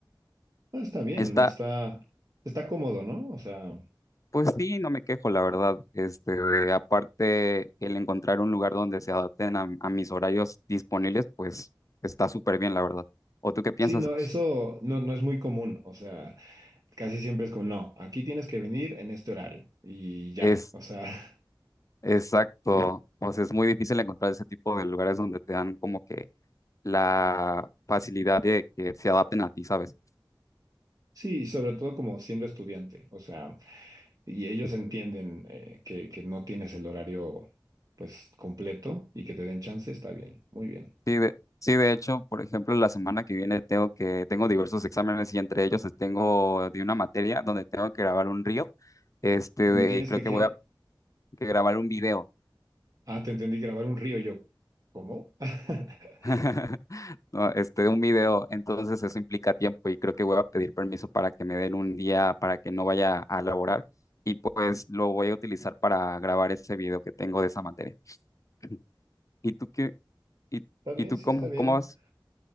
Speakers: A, on the right; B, on the left.
A: Ah, está bien,
B: Está,
A: está, está cómodo, ¿no? O sea,
B: pues sí, no me quejo, la verdad. Este, aparte, el encontrar un lugar donde se adapten a, a mis horarios disponibles, pues está súper bien, la verdad. ¿O tú qué piensas?
A: sí, no, eso no, no es muy común. O sea, casi siempre es como, no, aquí tienes que venir en este horario y ya.
B: Es
A: O sea, <laughs>
B: exacto. O sea, es muy difícil encontrar ese tipo de lugares donde te dan como que la facilidad de que se adapten a ti, ¿sabes?
A: sí, y sobre todo como siendo estudiante. O sea. Y ellos entienden eh, que, que no tienes el horario pues completo y que te den chance, está bien, muy bien.
B: Sí, de, sí, de hecho, por ejemplo, la semana que viene tengo que, tengo diversos exámenes y entre ellos eh, tengo de una materia donde tengo que grabar un reel, este,
A: ¿Dónde
B: de,
A: tienes
B: y creo
A: que
B: que
A: qué?
B: voy a que grabar un video.
A: Ah, te entendí grabar un río yo. ¿Cómo? <laughs>
B: <laughs> No, este, un video, entonces eso implica tiempo y creo que voy a pedir permiso para que me den un día para que no vaya a laborar y pues lo voy a utilizar para grabar ese video que tengo de esa materia. <clears throat> ¿Y tú qué? ¿Y,
A: Está bien,
B: y tú
A: sí,
B: cómo,
A: está bien.
B: cómo vas?